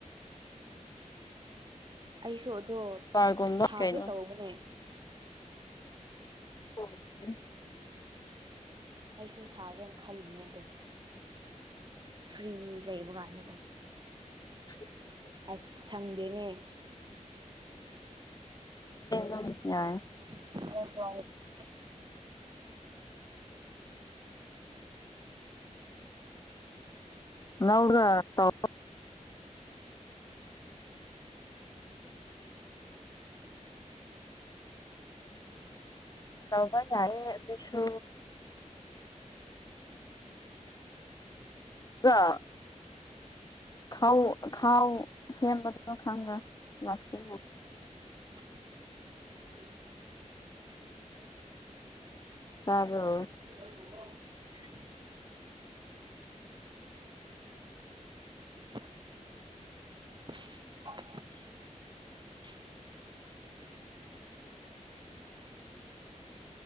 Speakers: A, on the right; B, on the left.
A: ꯑꯩꯁꯨ ꯑꯗꯣ
B: ꯐ꯭ꯂꯥꯔꯒꯨꯝꯕ
A: ꯁꯥꯒꯦ
B: ꯀꯩꯅꯣ
A: ꯇꯧꯕꯅꯦ
B: <inaudible>
A: ꯑꯩꯁꯨ ꯁꯥꯒꯦꯅ ꯈꯜꯂꯤꯅꯦ ꯑꯗꯣ ꯐ꯭ꯔꯤ ꯂꯩꯕ ꯀꯥꯟꯗꯀꯣ
B: <unintelligible>
A: ꯑꯁ ꯁꯪꯗꯦꯅꯦ
B: <inaudible> ꯌꯥꯏ
A: <inaudible>
B: ꯅꯧꯔ ꯇꯧ ꯇꯧꯕ ꯌꯥꯏꯌꯦ ꯑꯗꯨꯁꯨ ꯍꯜꯂꯣ ꯈꯧ ꯈꯥꯎ ꯁꯦꯝꯕꯗꯨ ꯅꯪ ꯈꯪꯕ꯭ꯔꯥ ꯄ꯭ꯂꯥꯁꯇꯤꯛꯅ
A: <unintelligible>
B: ꯇꯥꯕ꯭ꯔꯣ
A: <inaudible> <unintelligible>